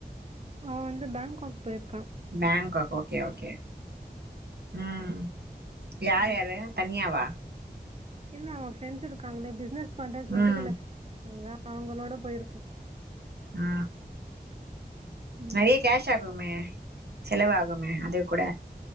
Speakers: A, on the right; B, on the right.
A: அவ வந்து பேங்காக் போயிருக்கா
B: பேங்காக் ஓகே ஓகே ம் யார்
A: ஆமா.
B: யாரு தன்னியாவா
A: இல்ல அவங்க ஃப்ரெண்ட்ஸ் இருக்காங்களே பிசினஸ் பண்றன்னு சொல்லிட்டு
B: ம்
A: சில <inaudible> அவங்களோட போயிருக்கா
B: ஆ
A: ம்.
B: நறைய கேஷ் ஆகுமே செலவாகுமே அது கூட